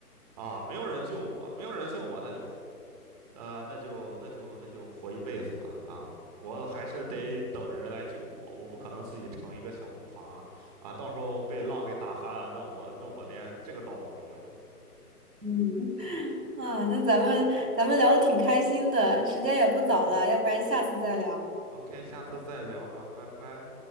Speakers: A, on the right (about 25°); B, on the right (about 85°).
A: 啊没有人救我，没有人救我，那就。啊、那就那就那就活一辈子吧啊！我还是得等人来救我，我不可能自己成一个小木筏啊！到时候被浪给打翻了，那我那我连这个岛都没有了。
B: 嗯。啊，那咱们咱们聊的挺开心的，时间也不早了，要不然下次再聊。
A: OK，下次再聊吧，拜拜。